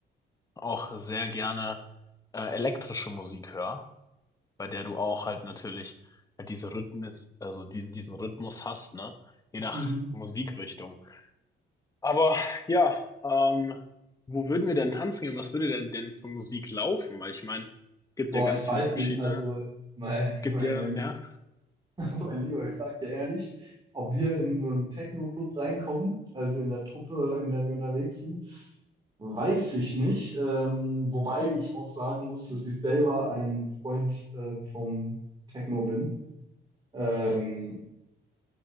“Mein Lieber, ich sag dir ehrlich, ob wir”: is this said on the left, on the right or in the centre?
Right